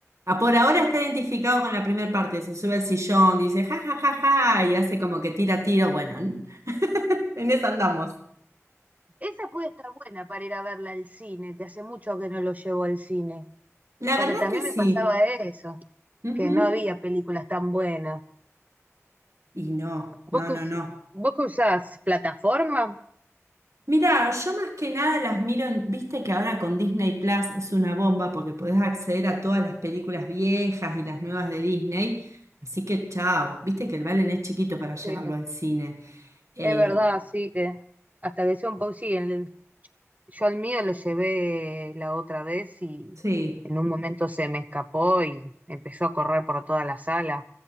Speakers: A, on the right (about 70°); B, on the right (about 30°).
A: Ah, por ahora está identificado con la primera parte. Se sube al sillón, dice ja, ja, ja, ja, y hace como que tira tiro. Bueno, <laughs> en eso andamos.
B: Esa puede estar buena para ir a verla al cine, que hace mucho que no lo llevo al cine,
A: La
B: porque
A: verdad
B: también
A: es que sí.
B: me pasaba eso,
A: Ujú.
B: que no había películas tan buenas.
A: Y no, no,
B: ¿Vos que,
A: no,
B: us-
A: no.
B: vos que usás plataforma?
A: Mirá, yo más que nada las miro en, viste que ahora con Disney Plus es una bomba porque podés acceder a todas las películas viejas y las nuevas de Disney. Así que chao, viste que el Valen es chiquito para llevarlo
B: Sí,
A: al cine. Eh,
B: es verdad, sí, que hasta que sea un poco, sí, el- yo al mío lo llevé la otra vez y
A: sí,
B: en un momento se me escapó y empezó a correr por toda la sala.